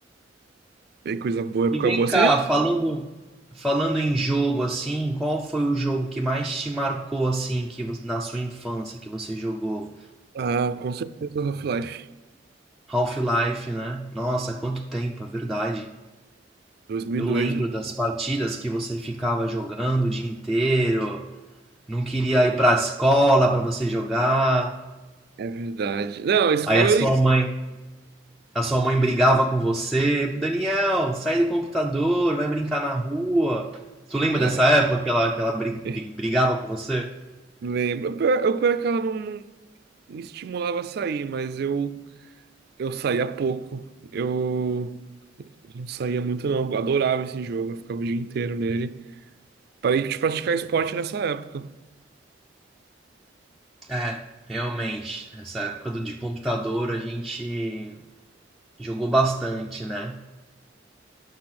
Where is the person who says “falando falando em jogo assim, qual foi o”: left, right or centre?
Centre